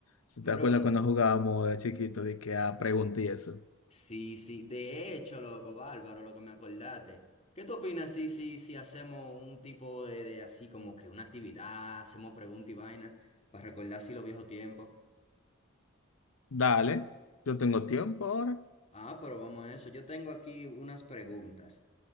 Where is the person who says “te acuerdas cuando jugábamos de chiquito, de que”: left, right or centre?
Left